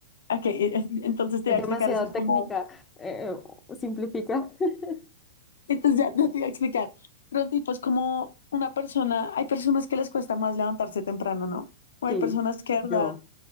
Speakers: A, on the left; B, on the left.
A: Ok, eh, eh, entonces te
B: Es
A: voy a
B: demasiado
A: explicar, eso es
B: técnica.
A: como...
B: eh, eh, simplifica. <laughs>
A: Entonces ya, ya te voy a explicar. Cronotipo es como una persona, hay personas que les cuesta más levantarse temprano, ¿no? O
B: Sí,
A: hay personas que, de
B: yo.
A: verdad,